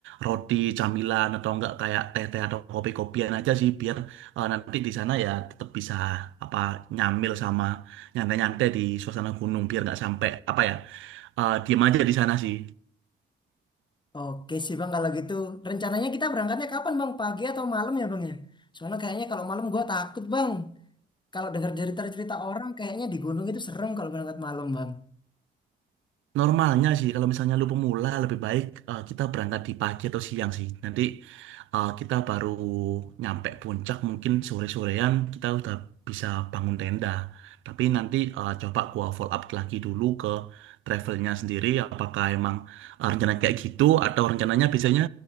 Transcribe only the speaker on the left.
Oke sih bang kalau gitu. Rencananya kita berangkatnya kapan bang? Pagi atau malam ya bang ya? Soalnya kayaknya kalau malam gua takut bang. Kalau dengar cerita-cerita orang kayaknya di gunung itu serem kalau berangkat malam bang.